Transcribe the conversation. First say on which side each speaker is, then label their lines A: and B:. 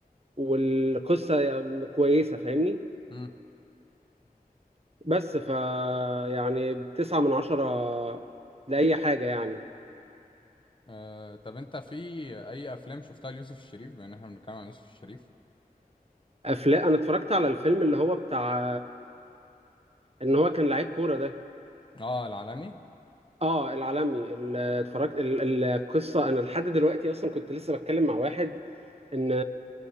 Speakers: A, on the right (about 40°); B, on the left (about 30°).
A: والقصة كويسة فاهمني
B: مم.
A: بس ف يعني تسعة من عشرة لأي حاجة يعني
B: آه، طب أنت في أي أفلام شفتها ليوسف الشريف بما إن احنا بنتكلم عن يوسف الشريف
A: افلام انا اتفرجت على الفيلم اللي هو بتاع ان هو كان لعيب كوره ده
B: اه العالمي
A: اه العالمي ال- اتفرجت ال- القصه انا لحد دلوقتي اصلا كنت لسه بتكلم مع واحد ان